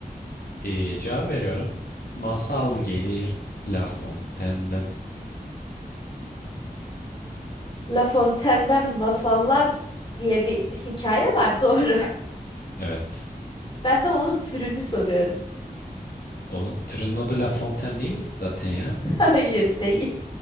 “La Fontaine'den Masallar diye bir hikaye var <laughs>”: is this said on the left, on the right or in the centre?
Left